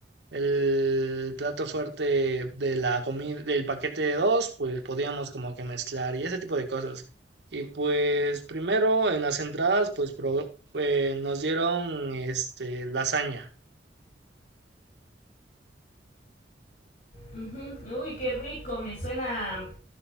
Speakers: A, on the right; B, on the left.
A: el plato fuerte de la comida, del paquete de dos, pues podíamos como que mezclar y ese tipo de cosas. Y pues primero en las entradas, pues, pro- eh, nos dieron este lasaña.
B: Ujú. Uy, qué rico, me suena